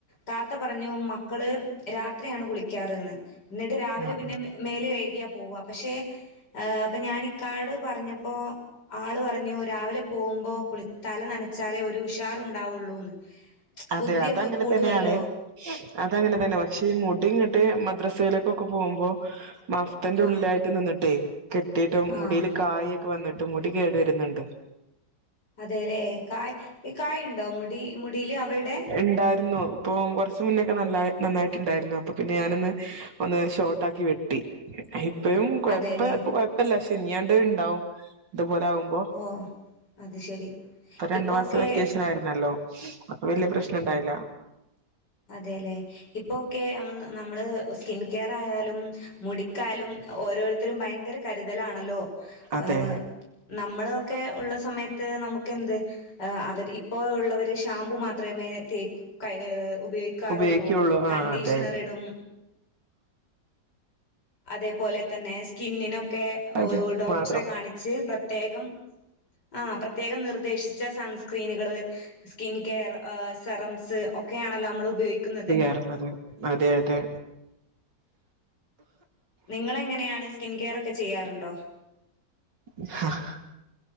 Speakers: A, on the left; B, on the right.
A: താത്ത പറഞ്ഞു മക്കള് രാത് ത്രിയാണ് കുളിക്കാറ്ന്ന് എന്നിട്ട് രാവിലെ
B: ആഹ്
A: പിന്നെം
B: ആഹ്
A: മേല് കഴുകിയാ പോവാ പക്ഷെ അപ്പ ഞാൻ ഇക്കാട് പറഞ്ഞപ്പോ ആള് പറ പറഞ്ഞു രാവിലെ പോവുംമ്പോ കുളി തല നനച്ചാലേ ഒരു ഉഷാറുണ്ടാവുള്ളൂന്ന്
B: അതെ
A: ബുദ്ധിയൊക്കെ
B: അതങ്ങനെ
A: കൂടുവല്ലോ
B: തന്നെയാണ് അതങ്ങന തന്നെ പക്ഷേ ഈ മുടി ഇങ്ങട്ട് മദ്രസയിലക്കൊക്കെ പോംമ്പോ മഫ്തേന്റെ ഉള്ളിലായിട്ട്
A: ആഹ്
B: നിന്നിട്ടേ കെട്ടിയിട്ടും മുടീല്
A: ആഹ്
B: കായൊക്കെ വന്നിട്ട് മുടി കേടു വെരുന്നുണ്ട്
A: അതേലെ കായ് ഈ കായുണ്ടോ മുടി മുടീല് അവൾടെ
B: ഇണ്ടാര്ന്നു. അപ്പോം കൊറച്ചു മുന്നേക്ക നല്ല നന്നായിട്ടുണ്ടായിരുന്നു അപ്പൊ പിന്നെ ഞാനൊന്ന്. ഒന്ന് ഷോട്ടാക്കി വെട്ടി. ഇപ്പഴും കൊഴപ്പ
A: അതെല്ലേ
B: ഇപ്പ കൊഴപ്പില്ല ശെനിയാണ്ട് ഇണ്ടാവും ഇതുപോലാവും ഇപ്പൊ
A: ഓ അത് ശരി
B: രണ്ടു
A: ഇപ്പൊക്കെ
B: മാസ വെക്കേഷനായിരുന്നല്ലോ അപ്പൊ വല്യ പ്രശ്നൊണ്ടായില്ല
A: അതേലെ ഇപ്പൊക്കെ ആണെന്ന നമ്മള് സ്കിൻ കെയർ ആയാലും മുടിക്കാലും ഓരോര് ത്തരും ഭയങ്കര കരുതലാണല്ലോ
B: അതെ
A: ആഹ് നമ്മളൊക്കെ ഉള്ള സമയത്ത് നമുക്കെന്ത് ആ അവര് ഇപ്പോ ഒള്ളവര് ഷാംമ്പു മാത്രമേ തേക്ക് കയ്യ് ഉപയോഗിക്കാറുള്ളൂ
B: ഉപയോഗിക്കുള്ളൂ
A: കണ്ടീഷണറിടും
B: ആ അതെ
A: അതേപോലെ തന്നെ സ്കിന്നിനും ഒക്കെ
B: അതെ
A: ഡോക്ടറെ
B: മാത്രം
A: കാണിച്ച് പ്രത്യേകം ആ പ്രത്യേകം നിർദ്ദേശിച്ച സൺസ്ക്രീനുകള് സ്കിൻകെയർ ആ സെറംസ് ഒക്കെ ആണല്ലോ നമ്മള് ഉപയോഗിക്കുന്നത്
B: പറഞ്ഞത് അതെ അതെ
A: നിങ്ങളെങ്ങനെയാണ് സ്കിൻ കെയറൊക്കെ ചെയ്യാറുണ്ടോ
B: <unintelligible>